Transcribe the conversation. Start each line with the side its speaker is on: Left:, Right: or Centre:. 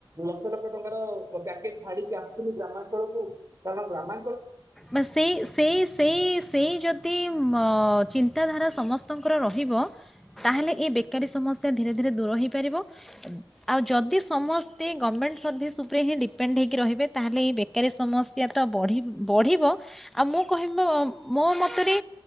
Right: ଲକ୍ଷ ଲକ୍ଷ ଟଙ୍କାର। ପ୍ୟାକେଜ୍ ଛାଡ଼ିବି ଆସିଥିଲି ଗ୍ରାଞ୍ଚଳକୁ କାରଣ ଗ୍ରାମା
Centre: ବା ସେଇ ସେଇ ସେଇ ସେଇ ଯଦି ମ ଚି ନ୍ତାଧାରା ସମସ୍ତଙ୍କର ରହିବ ତାହେଲେ ଏ ବେକାରୀ ସମସ୍ୟା ଧୀରେ ଧୀରେ ଦୂର ହେଇପାରିବ। ଆଉ ଯଦି ସମସ୍ତେ ଗମେଣ୍ଟ ସର୍ଭିସ୍ ଉପରେ ହିଁ ଡିପେଣ୍ଡ ହୋଇକି ରହିବେ ତାହେଲେ ଏ ବେକାରୀ ସମସ୍ୟା ତ ବଢ଼ି ପଢ଼ିବ ଆଉ ମୁଁ କହିବ। ମୋ ମତରେ